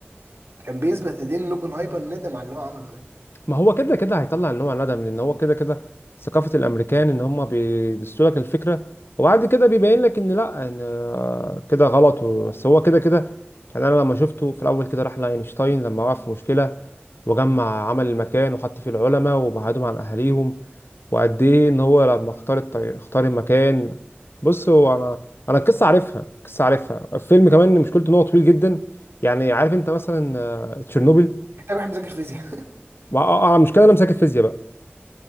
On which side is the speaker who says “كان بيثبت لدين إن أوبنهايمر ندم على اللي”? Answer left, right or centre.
Right